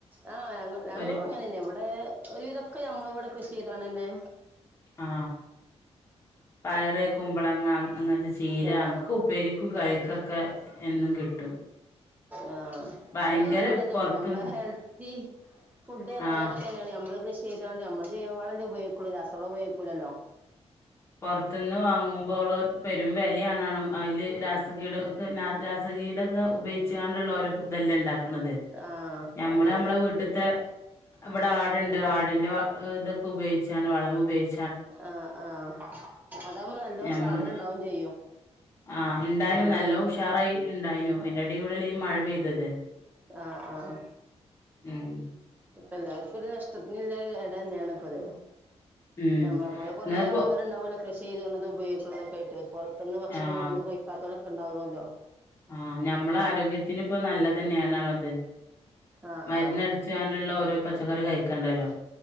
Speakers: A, on the right; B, on the left.
A: ആ ഞങ്ങ ഞങ്ങളും
B: ഒരു
A: ഇങ്ങനന്നാ ഇവടെ ഒരുവിതൊക്കെ ഞമ്മള് ഇവടെ കൃഷി ചെയ് തണന്നെ
B: ആ പയറ് കുമ്പളങ്ങ അങ്ങനത്തെ ചീര
A: ആഹ്
B: ഒക്കെ ഉപ്പേരിക്കും കറിക്കൊക്കെ എന്നും കിട്ടും
A: ആ
B: ഭയങ്കര
A: അതാ നല്ലതും
B: പൊറത്തുന്ന്
A: നമ്മളെ ഹെൽത്തി ഫുഡ്ന്നാ
B: ആഹ്
A: അതൊക്കെ തന്നാണ് നമ്മള് കൃഷി ചെയ്താണ്ട് നമ്മള് ജൈവവളല്ലേ ഉപയോഗിക്കുള്ളൂ രാസ വളം ഉപോയോഗിക്കൂലല്ലോ
B: പൊറത്ത്ന്ന് വാങ്ങുമ്പോള് പെരും വെലയാണണും അതില് രാസകീടകൊക്കെ രാസകീടകം ഉപയോഗിച്ചാണ്ട്ള്ള ഓരോ ഇതല്ലേ ഇണ്ടാക്കാ ക്കണത്
A: ആഹ്
B: ഞമ്മള്
A: അതെ
B: ഞമ്മളെ വീട്ട്ത്തെ ഇവടെ ആട്ണ്ട് ആടിന്റെ ഏ ഇതൊക്ക ഉപയോഗിച്ചാണ്ട് വളം ഉപയോഗിച്ചു
A: ആഹ് ആഹ് അതാവുമ്പോ നല്ലോം
B: ഞമ്മള്
A: സാധനം ണ്ടാവും ചെയ്യും
B: ആഹ് ണ്ടായാലും
A: നമ്മള്
B: നല്ലോ ഉഷാറായി ണ്ടായിനു അയിന്റെടി കൂടെല്ലേ ഈ മഴ പെയ്തത്
A: ആഹ് ആഹ്
B: ഉം
A: ഇപ്പ എല്ലാർക്കും ഒരു നഷ്ടത്തിനുള്ള ഇടന്നെണ് ഇപ്പൊ ഇത്
B: ഉം
A: നമ്മളെപ്പോലെ കൊറേ
B: എന്നാപ്പോ
A: ആൾക്കാര്ണ്ടാവൂലോ കൃഷി <unintelligible> ഉപയോഗിക്കുന്നതൊക്കെയിട്ട് പുറത്തുന്ന് ഭക്ഷണം
B: ആഹ്
A: കൊടുന്ന് കഴിക്കാത്തോലൊക്കെണ്ടാവണല്ലോ
B: ആഹ് ഞമ്മള ആരോഗ്യത്തിന് ഇപ്പോ നല്ലതന്നെണാണോ അത്
A: ആഹ്
B: മരുന്നടിച്ചാണ്ടുള്ള
A: ആഹ്
B: ഓരോ പച്ചക്കറി കഴിക്കണ്ടല്ലോ